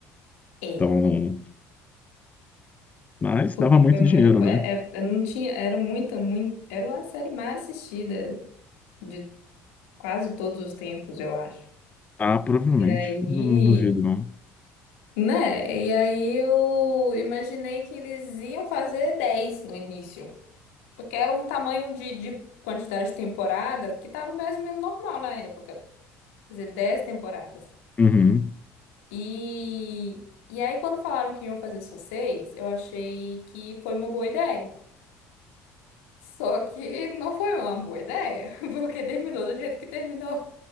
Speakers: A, on the left; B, on the left.
A: É.
B: Então, mas
A: Porque
B: dava muito
A: foi muito.
B: dinheiro,
A: Foi,
B: né?
A: é- é- não tinha, era muita, muito. Era a série mais assistida de quase todos os tempos, eu acho.
B: Ah, provavelmente,
A: E aí.
B: não duvido, não.
A: Né? E aí eu imaginei que eles iam fazer 10 no início. Porque era um tamanho de, de quantidade de temporada que estava mais ou menos normal na época. Fazer 10 temporadas.
B: Uhum,
A: E, e aí, quando falaram que iam fazer só seis, eu achei que foi uma boa ideia. Só que não foi uma boa ideia, <laughs> porque terminou do jeito que terminou.